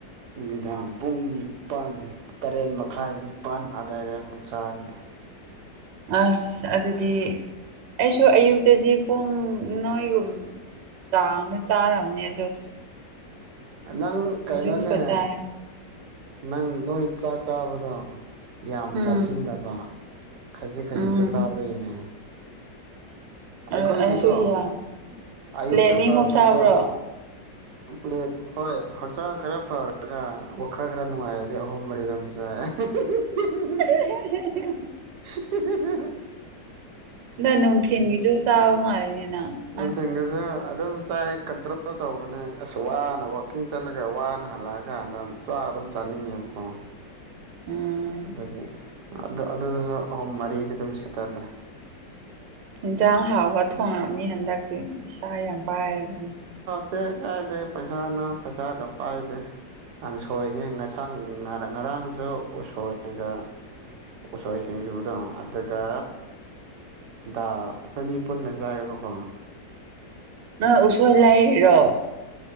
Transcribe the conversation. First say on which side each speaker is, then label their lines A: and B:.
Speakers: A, on the right; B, on the right.
A: ꯅꯨꯃꯤꯗꯥꯡ ꯄꯨꯡ ꯅꯤꯄꯜ ꯇꯔꯦꯠ ꯃꯈꯥꯏ ꯅꯤꯄꯜ ꯑꯗꯨꯋꯥꯏꯗ ꯑꯃꯨꯛ ꯆꯥꯔꯅꯤ
B: ꯑꯁ ꯑꯗꯨꯗꯤ ꯑꯩꯁꯨ ꯑꯌꯨꯛꯇꯗꯤ ꯄꯨꯡ ꯅꯣꯏꯒꯨꯝ ꯆꯥꯡꯅ ꯆꯥꯔꯅꯤ ꯑ ꯑꯗꯨꯣ
A: ꯅꯪ ꯀꯩꯅꯩꯅꯣꯅꯦ
B: ꯑꯃꯨꯛꯀ ꯆꯥꯔꯦ
A: ꯅꯪ ꯅꯣꯏ ꯆꯥꯛ ꯆꯥꯕꯗꯣ ꯌꯥꯝ
B: ꯎꯝ
A: ꯆꯥꯁꯤꯟꯗꯕ꯫ ꯈꯖꯤꯛ ꯈꯖꯤꯛꯇ
B: ꯎꯝ
A: ꯆꯥꯕꯒꯤꯅꯦ꯫
B: ꯑꯩꯁꯨ
A: ꯑꯩꯈꯣꯏꯗꯤꯀꯣ
B: ꯌꯥꯝ
A: ꯑꯌꯨꯛꯇ
B: ꯄ꯭ꯂꯦꯠ ꯑꯅꯤ
A: ꯆꯥꯕꯁꯨ꯫
B: ꯑꯍꯨꯝ ꯆꯥꯕ꯭ꯔꯣ
A: ꯀꯨꯛꯂꯦꯠ꯫ ꯍꯣꯏ ꯍꯛꯆꯥꯡ ꯈꯔ ꯐꯔꯒ ꯋꯥꯈꯜ ꯈꯔ ꯅꯨꯡꯉꯥꯏꯔꯗꯤ ꯑꯍꯣꯡꯕꯔꯤ ꯑꯗꯨꯝ ꯆꯥꯏ꯫ ꯍꯤ ꯍꯤ
B: ꯍꯥ ꯍꯤ ꯍꯤ꯫
A: ꯍꯥ ꯍꯥ ꯍꯤ
B: ꯅ ꯅꯨꯡꯊꯤꯟꯒꯤꯁꯨ ꯆꯥꯕ ꯃꯥꯜꯂꯤꯅꯤ ꯅꯪ꯫
A: ꯅꯨꯡꯊꯤꯟꯒꯁꯨ
B: ꯑꯁ
A: ꯑꯗꯨꯝ ꯆꯥꯏ꯫ ꯀꯟꯇ꯭ꯔꯣꯜ ꯇꯧꯕꯅꯦ ꯑꯁ ꯋꯥꯅ ꯋꯀꯤꯡ ꯆꯠꯂꯒ ꯋꯥꯅ ꯍꯜꯂꯛꯑꯀꯥꯟꯗ ꯆꯥꯛ ꯑꯗꯨꯝ ꯆꯥꯅꯤꯡꯉꯦꯕ꯫ <inaudible>
B: ꯎꯝ
A: ꯑꯗꯨꯗꯒꯤ ꯑꯗꯨ ꯑꯗꯨꯗꯁꯨ ꯑꯍꯨꯝ ꯃꯔꯤꯗꯤ ꯑꯗꯨꯝ ꯁꯦꯠꯇꯜꯂꯦ꯫
B: ꯌꯦꯟꯖꯥꯡ ꯍꯥꯎꯕ ꯊꯣꯡꯉꯕꯅꯤ ꯍꯟꯗꯛꯇꯤ ꯄꯩꯁꯥ ꯌꯥꯝ ꯄꯥꯏꯔꯕꯅꯤꯅ꯫
A: ꯇꯦ ꯀꯥꯏꯦ ꯄꯩꯁꯥꯅ ꯄꯩꯁꯥꯒꯄꯥ ꯗꯦ꯫ ꯀꯥꯡ ꯁꯣꯏꯅꯦ ꯉꯁꯥꯡ ꯉꯔꯥꯡꯁꯨ ꯎꯁꯣꯏꯒ꯫ ꯎꯁꯣꯏ ꯁꯤꯡꯁꯨꯗ ꯑꯗꯨꯒ ꯗꯥꯜ ꯑꯩꯈꯣꯏ ꯃꯤ ꯄꯨꯟꯅ ꯆꯥꯏꯑꯕꯀꯣ꯫
B: ꯅ ꯑꯣꯁꯣꯏ ꯂꯥꯏꯔꯤꯔꯣ꯫